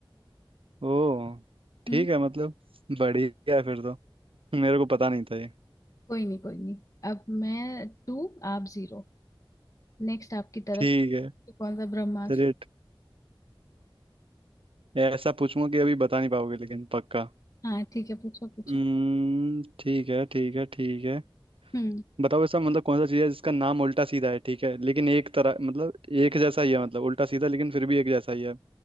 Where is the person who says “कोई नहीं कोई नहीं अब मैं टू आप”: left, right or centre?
Left